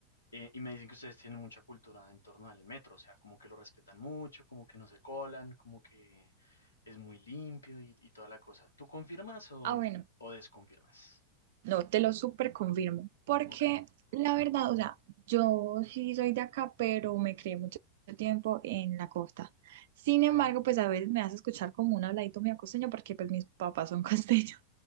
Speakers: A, on the left (about 75°); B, on the right (about 55°).
A: eh, y me dicen que ustedes tienen mucha cultura en torno al metro, o sea, como que lo respetan mucho, como que no se colan, como que es muy limpio y, y toda la cosa. ¿Tú confirmas o,
B: Ah, bueno,
A: o desconfirmas?
B: No, te lo súper confirmo, porque
A: Ok,
B: la verdad, o sea, yo sí soy de acá, pero me crié mucho tiempo en la costa. Sin
A: sí.
B: embargo, pues a veces me hace escuchar como un habladito medio costeño, porque pues mis papás son <laughs> costeños,